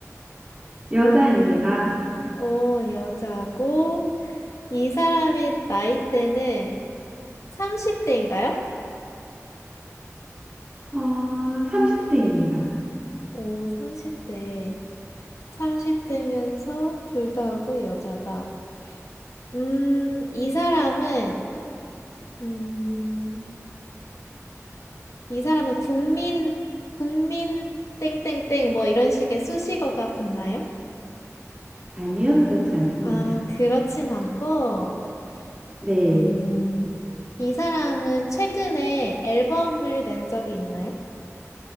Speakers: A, on the right (about 25°); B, on the left (about 70°).
A: 여자입니다.
B: 오, 여자고. 이 사람의 나이대는 30대인가요?
A: 어, 30대입니다.
B: 오, 30대. 30대면서 둘 다 하고 여자다. 음, 이 사람은, 음, 이 사람은 국민, 국민, 땡땡땡, 뭐 이런 식의 수식어가 붙나요?
A: 아니요, 그렇지 않습니다.
B: 아, 그렇진 않고,
A: 네.
B: 음, 이 사람은 최근에 앨범을 낸 적이 있나요?